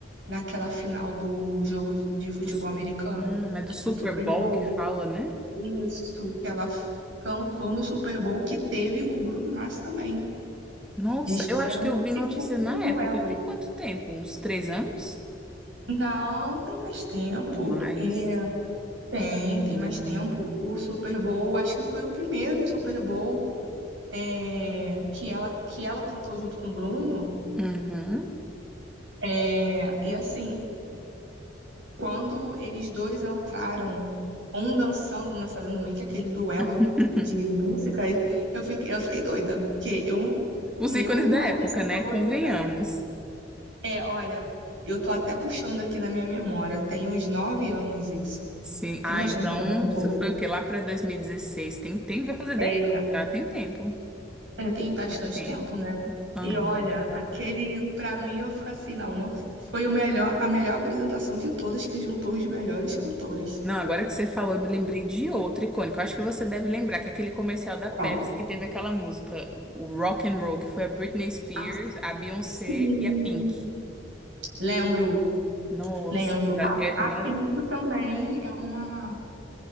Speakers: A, on the right; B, in the centre.
A: naquela final do jogo de futebol
B: Dos-
A: americano,
B: Hum, é do Super
A: do Super
B: Bowl
A: Bowl.
B: que fala, né?
A: Isso, que ela f- cantou no Super Bowl que teve o Bruno Mars também.
B: Nossa,
A: Eles fizeram
B: eu acho que eu vi
A: tipo
B: notícia
A: um
B: na
A: duelo.
B: época. Tem quanto tempo? Uns três anos?
A: Não, tem mais tempo.
B: E mais.
A: É, tem,
B: Hum.
A: tem mais tempo. O Super Bowl, acho que foi o primeiro Super Bowl é, que ela que ela cantou junto com o Bruno.
B: Uhum.
A: É, e assim, quando eles dois entraram, um dançando, né, fazendo meio que aquele duelo
B: <laughs>
A: de músicas, <laughs> eu fiquei, eu fiquei doida. Porque eu, o
B: Os
A: meu
B: ícones da
A: artista
B: época, né?
A: favorito
B: Convenhamos.
A: é, olha, eu tô até puxando aqui na minha memória, tem uns nove anos isso.
B: Sim.
A: Tem
B: Ah,
A: bastante
B: então,
A: tempo.
B: isso foi o quê? Lá para 2016. Tem tempo, vai fazer 10
A: É,
B: anos já, tem tempo.
A: É, tem bastante
B: Tem tempo.
A: tempo, né?
B: Aham.
A: E olha, aquele, pra mim, eu fico assim, não, não foi o melhor, a melhor apresentação de todas que juntou os melhores cantores.
B: Não, agora que você falou, eu me lembrei de outro icônico. Eu acho que você deve lembrar que é aquele comercial da
A: Qual?
B: Pepsi que teve aquela música, o Rock and Roll, que foi a Britney Spears,
A: Ah,
B: a Beyoncé
A: sim.
B: e a Pink.
A: Lembro,
B: Nossa,
A: lembro. A,
B: é,
A: a
B: nossa,
A: Pinto também é uma